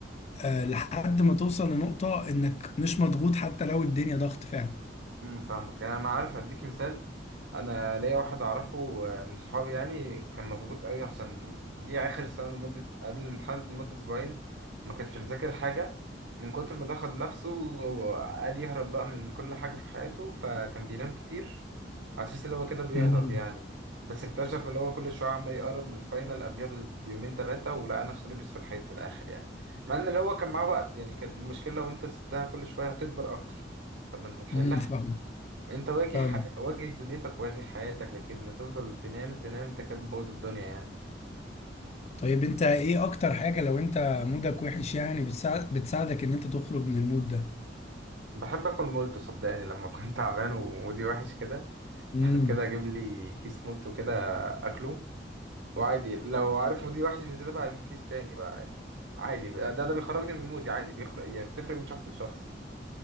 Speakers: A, on the left; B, on the right.
A: آه، لحد ما توصل لنقطة انك مش مضغوط حتى لو الدنيا ضغط فعلا
B: امم فاهمك يعني انا عارف هديك مثال انا ليا واحد اعرفه آه، من صحابي يعني كان مضغوط قوي عشان جه اخر السنه لمده قبل الامتحان لمده اسبوعين ما كانش مذاكر حاجه من كتر ما ضغط نفسه وقال يهرب بقى من كل حاجه في حياته فكان بينام كتير على اساس اللي هو كده بيهرب
A: امم
B: يعني بس اكتشف اللي هو كل شويه عمال يقرب من الفاينل قبلها بيومين ثلاثه ولقى نفسه لبس في الحيط في الاخر يعني مع ان اللي هو كان معاه وقت يعني كانت المشكله لو انت سبتها كل شويه هتكبر اكتر طب ما انت تحلها
A: امم فاهمك
B: انت واجه
A: فاهمك
B: ح... واجه دنيتك واجه حياتك لكن ما تفضل تنام تنام انت كده بتبوظ الدنيا يعني
A: طيب انت ايه اكتر حاجة لو انت مودك وحش يعني بتساعد بتساعدك ان انت تخرج من المود ده
B: بحب اكل مولتو صدقني لما <laughs> كنت تعبان ومودي وحش كده
A: امم
B: بحب كده اجيب لي كيس مولتو كده اكله وعادي لو عارف مودي وحش بزيادة بقى اجيب كيس تاني بقى عادي بقى ده ده بيخرجني من مودي عادي بيخرج يعني بتفرق من شخص لشخص